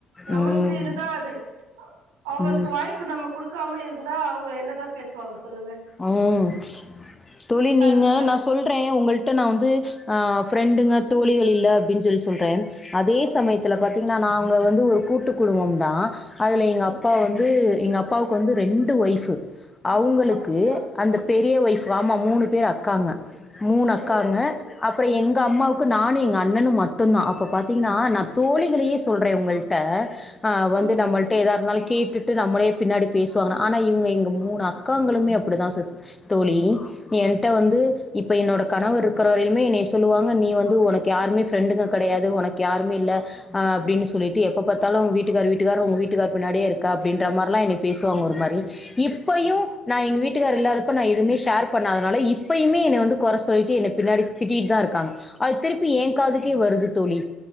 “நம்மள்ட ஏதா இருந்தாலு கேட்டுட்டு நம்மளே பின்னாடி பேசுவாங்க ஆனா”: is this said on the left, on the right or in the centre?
Left